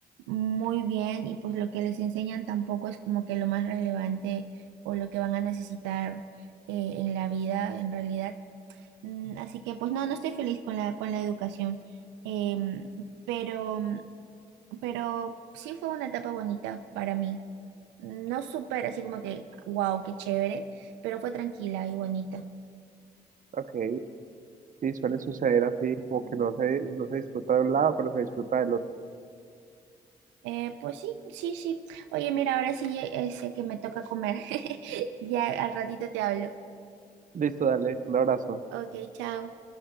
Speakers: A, on the right; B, on the right.
A: muy bien y pues lo que les enseñan tampoco es como que lo más relevante o lo que van a necesitar eh, en la vida, en realidad. Mm, así que pues no, no estoy feliz con la, con la educación. Em, pero, pero sí fue una etapa bonita para mí. No súper así como que, wow, qué chévere, pero fue tranquila y bonita.
B: Ok, sí, suele suceder así, como que no se, no se disfruta de un lado, pero se disfruta del otro.
A: Eh, pues sí, sí, sí. Oye, mira, ahora sí ya- eh, sé que me toca comer. <laughs> Ya al ratito te hablo.
B: Listo, dale, un abrazo.
A: Ok, chao.